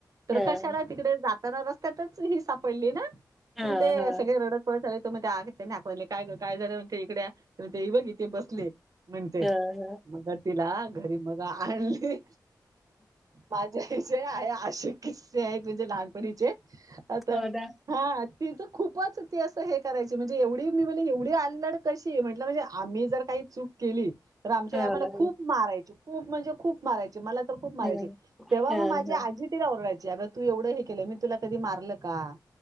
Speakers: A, on the right; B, in the centre.
A: तर
B: हां,
A: कशाला तिकडे जात त्यां रस्त्यातच ही सापडली ना
B: हां,
A: अ ते
B: हां,
A: सग्या रडत पत मग त्यांनी आकवायले काय काय झारा इकडे ते बघि ते बसले म्हणते
B: हां, हां.
A: मग तिला घरी मग बाली माझ जयसे आहे आशु किस्से आहे तुझे लहान आता
B: हो ना,
A: हा तेच खूप खूपच ती असं हे करायची म्हणजे एवढी मी म्हणज एवढी आलड कशी म्हटलं म्हणजे आम्ही जर काही चूक केली तर आमच्या
B: हो
A: याम्हाला
B: ना.
A: खूप मारायच खूप म्हणज खूप माराच मला तर खूप मारायचे
B: हं,
A: तेव्हा
B: हं,
A: मग माझी आजी तिला ओरयची अगं तू एवढं हे केलं मी तुला कधी मारलं का